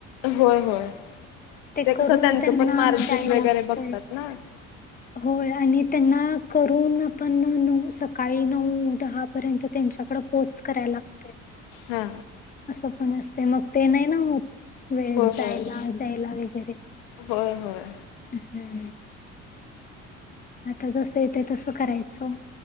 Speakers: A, on the left; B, on the left.
A: होय होय ते कसं
B: करून
A: त्याचं
B: त्यांना
A: पण मार्जिन
B: द्यायला
A: वगैरे
B: लागतंय.
A: बघतात ना
B: होय आणि त्यांना करून आपण नऊ सकाळी नऊ दहा पर्यंत त्यांच्याकड पोच करायला लागते.
A: हा
B: असं पण असते मग ते नाही ना होत वेळेत
A: होय
B: जायला
A: होय
B: द्यायला वगैरे
A: होय होय.
B: ह आता जसं येते तसं करायचं